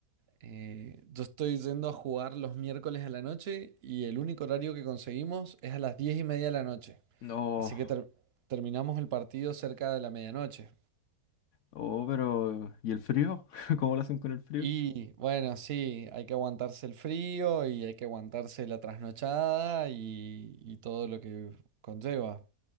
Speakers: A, on the right; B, on the left.
A: Eh, yo estoy yendo a jugar los miércoles a la noche y el único horario que conseguimos es a las diez y media de la noche.
B: No.
A: Así que ter- terminamos el partido cerca de la medianoche.
B: Oh, pero... ¿Y el frío? <laughs> ¿Cómo lo hacen con el frío?
A: Y bueno, sí, hay que aguantarse el frío y hay que aguantarse la trasnochada y, y todo lo que conlleva.